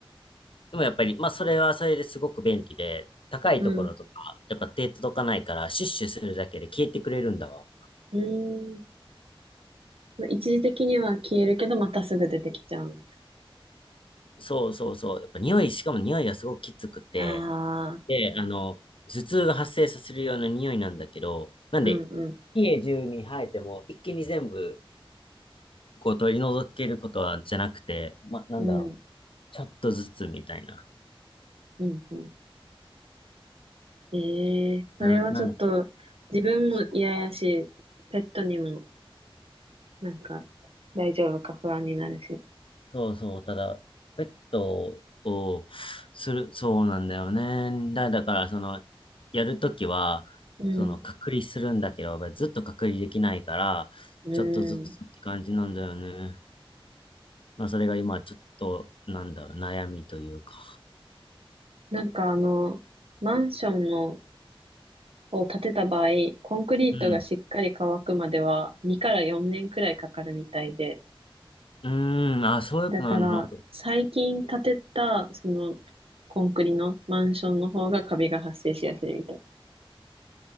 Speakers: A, on the left (about 65°); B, on the right (about 75°).
A: でもやっぱり、まあそれはそれですごく便利で、高いところとか、
B: うん。
A: やっぱ手届かないから、シュッシュするだけで消えてくれるんだわ。
B: うん。一時的には消えるけど、またすぐ出てきちゃうんや。
A: そうそうそう。やっぱ匂い、しかも匂いがすごくきつくて、
B: ああ、
A: で、あの、頭痛が発生させるような匂いなんだけど、なんで、
B: うんうん、
A: 家中に生えても一気に全部、こう取り除けることはじゃなくて、まなんだろう、
B: うん、
A: ちょっとずつみたいな。
B: うん、うん。ええそれはちょっと、
A: な、なん、
B: 自分も嫌やし、
A: そう
B: ペットにも、なんか、大丈夫か不安になるし。
A: そうそう、ただ、ペットをする、そうなんだよね。だ、だから、その、やるときは、
B: うん、
A: その、隔離するんだけど、ずっと隔離できないから、
B: うん。
A: ちょっとずつって感じなんだよね。まあ、それが今、ちょっと、なんだろう、悩みというか。
B: なんかあの、マンションのを建てた場合、コンクリートがしっかり乾くまでは2から4年くらいかかるみたいで、
A: うん。うーん、あ、そういうことなのな。
B: だから最近建てたそのコンクリのマンションの方がカビが発生しやすいみたい。